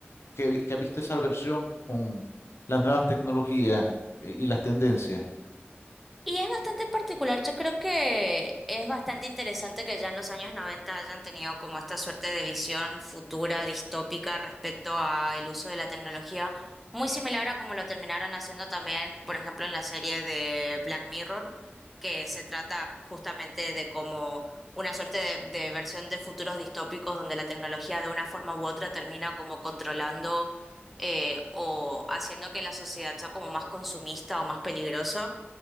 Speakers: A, on the left; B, in the centre.
A: que, que ha visto esa versión con las nuevas tecnologías eh, y las tendencias?
B: Y es bastante particular, yo creo que es bastante interesante que ya en los años 90 hayan tenido como esta suerte de visión futura, distópica respecto a el uso de la tecnología, muy similar a como lo terminaron haciendo también, por ejemplo, en la serie de Black Mirror, que se trata justamente de como una suerte de, de versión de futuros distópicos donde la tecnología de una forma u otra termina como controlando eh, o haciendo que la sociedad sea como más consumista o más peligrosa.